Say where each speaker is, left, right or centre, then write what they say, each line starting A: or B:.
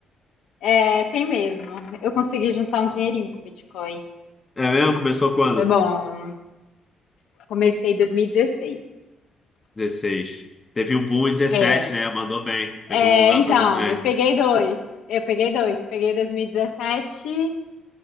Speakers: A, on the left; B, on the left.
A: É, tem mesmo. Eu consegui juntar um dinheirinho com o Bitcoin.
B: É mesmo? Começou quando?
A: Foi bom. Comecei em 2016.
B: dezesseis. Teve um boom em 17,
A: É,
B: né? Mandou bem. Pegou
A: É,
B: um lugar,
A: então,
B: pegou bem.
A: eu peguei dois. Eu peguei dois. Peguei 2017.